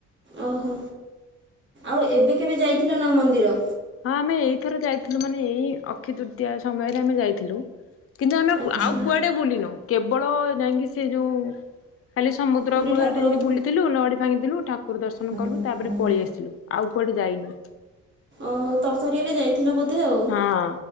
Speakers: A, on the right (about 40°); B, on the left (about 50°).
A: ଓହୋ ଆଉ ଏବେ କେବେ ଯାଇଥିଲ ନା ମନ୍ଦିର?
B: ହଁ ଆମେ ଏଇଥର ଯାଇଥିଲୁ ମାନେ ଏଇ ଅକ୍ଷ ତୃତୀୟା ସମୟରେ ଆମେ ଯାଇଥିଲୁ। କିନ୍ତୁ ଆମେ କୁ
A: ଆଚ୍ଛା
B: ଆଉ କୁଆଡେ ବୁଲିନୁ କେବଳ ଯାଇଁକି ସେ ଯୋଉ ଖାଲି ସମୁଦ୍ର
A: ପୁରୀ
B: କୂଳରେ
A: ଠାକୁରଙ୍କ
B: ଟିକେ ଯଦି ବୁଲିଥିଲୁ ଲହଡି ଭାଙ୍ଗିଥିଲୁ ଠାକୁର ଦର୍ଶନ
A: ଦ-
B: କଲୁ ତାପରେ ପଳେଇ ଆସିଲୁ ଆଉ କୁଆଡେ ଯାଇନୁ
A: ଓହୋ ତରତରିଆରେ ଯାଇଥିଲ ବୋଧେ ଆଉ।
B: ହଁ